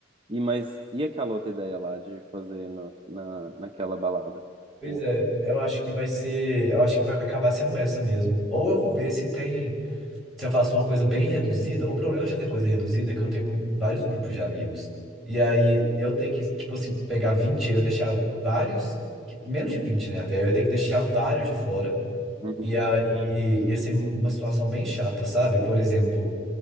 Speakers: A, on the right; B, in the centre.
A: E mas e aquela outra ideia lá de fazer no- na, naquela balada?
B: Pois
A: O-
B: é, eu acho que vai ser, eu acho que vai acabar sendo essa mesmo. Ou eu vou ver se tem, se eu faço uma coisa bem reduzida. O problema de fazer coisa reduzida é que eu tenho vários grupos de amigos. E aí eu tenho que, tipo assim, pegar 20 eu deixar vários, que- menos de vinte né, até, eu tenho que deixar vários de fora.
A: Uhum.
B: E aí ia ser uma situação bem chata, sabe? Por exemplo,